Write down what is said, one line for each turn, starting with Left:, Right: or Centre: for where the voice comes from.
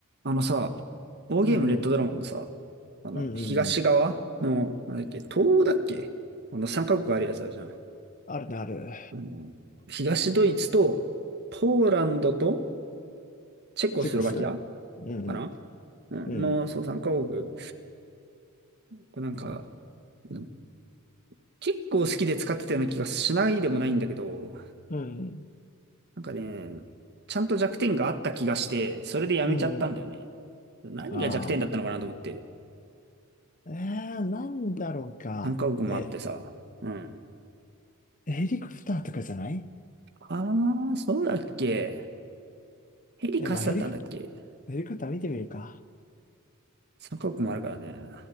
Right: あのさ、ウォーゲームレッドドラゴンのさ、
Left: うんうん。
Right: あの、
Left: うんうんうん。
Right: 東側の、なんだっけ、東欧だっけあの、3カ国あるやつあるじゃん。
Left: あるね、ある。
Right: あの、東ドイツと、ポーランドと、チェコスロバキア
Left: チュコスうん
Right: かなうんの、
Left: うん。
Right: そう、3カ国。これなんか、うん結構好きで使ってたような気がしないでもないんだけど、
Left: うんうん。
Right: なんかね、ちゃんと弱点があった気がして、それでやめちゃったんだよね。
Left: うん。うん。
Right: 何が弱点だったのかなと思って、
Left: ああ。えー、なんだろうか。
Right: 3カ国もあってさ、
Left: え、
Right: うん。
Left: ヘリコプターとかじゃない
Right: ああ、そうだっけ。ヘリ貸しだったんだっけ。
Left: え、まあヘリコ、ヘリコプター見てみるか。
Right: 三カ国もあるからね。